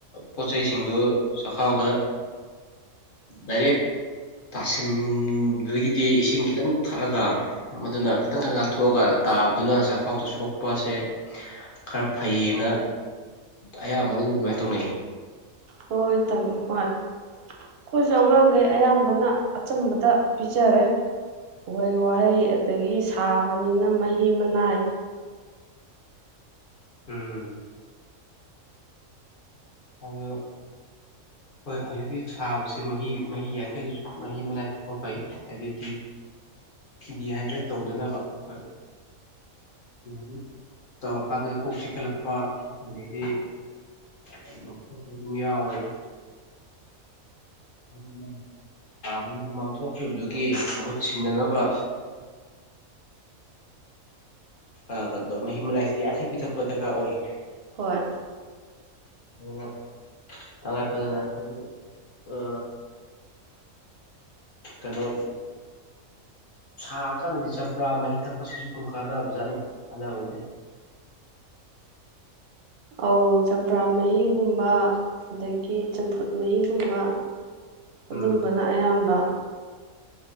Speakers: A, on the left (about 45°); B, on the right (about 60°).
A: ꯄꯣꯠꯆꯩꯁꯤꯡꯗꯨ ꯆꯈꯥꯎꯗ ꯗꯥꯏꯔꯦꯛ ꯇꯥꯁꯤꯟꯕꯗꯒꯤꯗꯤ ꯏꯁꯤꯡ ꯈꯤꯇꯪ ꯊꯛꯑꯒ ꯃꯗꯨꯅ ꯈꯤꯇꯪ ꯉꯥꯛꯊꯣꯛꯑꯒ ꯇꯥꯕꯗꯨꯅ ꯆꯥꯛꯈꯥꯎꯗ ꯁꯣꯛꯄꯁꯦ ꯈꯔ ꯐꯩꯌꯦꯅ ꯑꯌꯥꯝꯕꯅꯗꯤ ꯑꯗꯨꯃꯥꯏꯅ ꯇꯧꯅꯩꯌꯦ
B: ꯍꯣꯏ ꯇꯧ ꯍꯣꯏ ꯑꯩꯈꯣꯏꯁꯨ ꯑꯉꯥꯡꯈꯩ ꯑꯌꯥꯝꯕꯅ ꯑꯆꯝꯕꯗ ꯄꯤꯖꯔꯦ ꯎꯍꯩ ꯋꯥꯍꯩ ꯑꯗꯒꯤ ꯁꯥꯕꯅꯤꯅ ꯃꯍꯤ ꯃꯅꯥꯏ
A: ꯎꯝ ꯑꯗꯨ ꯍꯣꯏ ꯍꯧꯖꯤꯛꯇꯤ ꯁꯥꯕꯁꯤ ꯃꯍꯤ ꯃꯍꯤ ꯌꯥꯡꯈꯩ ꯃꯍꯤ ꯃꯅꯥꯏ ꯊꯛꯄ ꯐꯩ ꯑꯗꯩꯗꯤ ꯗꯤꯍꯥꯏꯗ꯭ꯔꯦꯠ ꯇꯧꯗꯅꯕ ꯑꯩꯈꯣꯏ ꯗꯤꯍꯥꯏꯗ꯭ꯔꯦꯠ ꯇꯧꯔꯀꯥꯟꯗ ꯀꯣꯛ ꯆꯤꯈꯠꯂꯛꯄ ꯑꯗꯩꯗꯤ ꯑꯗꯨ ꯈꯣꯠꯄꯁꯨ ꯑꯗꯨꯝ ꯌꯥꯎꯋꯦꯕ ꯑꯗꯨꯅ ꯁꯥꯕꯒꯤ ꯍꯨꯃꯥꯡ ꯊꯣꯛꯈꯤꯕꯗꯨꯒꯤ ꯃꯍꯨꯠ ꯁꯤꯟꯅꯅꯕ ꯑ ꯀꯅꯣꯇꯧ ꯃꯍꯤ ꯃꯅꯥꯏꯁꯤ ꯌꯥꯔꯤꯈꯩ ꯄꯤꯊꯛꯄ ꯗꯔꯀꯥꯔ ꯑꯣꯏ꯫
B: ꯍꯣꯏ
A: ꯑꯗꯨꯅ ꯇꯉꯥꯏ ꯐꯗꯅ ꯑꯩꯈꯣꯏꯒꯤ ꯑ ꯀꯩꯅꯣ ꯁꯥꯀꯥꯟꯗꯗꯤ ꯆꯝꯄ꯭ꯔꯥ ꯃꯍꯤ ꯊꯛꯄꯁꯤꯁꯨ ꯑꯗꯨꯝ ꯀꯥꯟꯅꯕꯖꯥꯠꯅꯤ ꯀꯥꯟꯅꯕꯕꯨꯗꯤ꯫
B: ꯑꯧ꯫ ꯆꯝꯄ꯭ꯔꯥ ꯃꯍꯤꯒꯨꯝꯕ ꯑꯗꯒꯤ ꯆꯝꯐꯨꯠ ꯃꯍꯤꯒꯨꯝꯕ ꯑꯗꯨꯝꯕꯅ
A: ꯎꯝ
B: ꯑꯌꯥꯝꯕ꯫